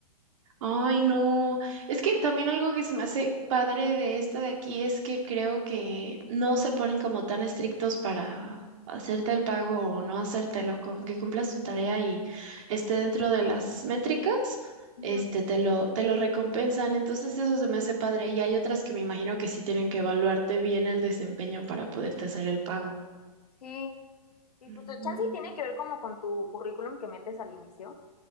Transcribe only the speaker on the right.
Ay, no. Es que también algo que se me hace padre de esta de aquí es que creo que no se ponen como tan estrictos para hacerte el pago o no hacértelo, con que cumplas tu tarea y esté dentro de las métricas,
este te lo te lo recompensan. Entonces eso se me hace padre y hay otras que me imagino que sí tienen que evaluarte bien el desempeño para poderte hacer el pago.
Ujú.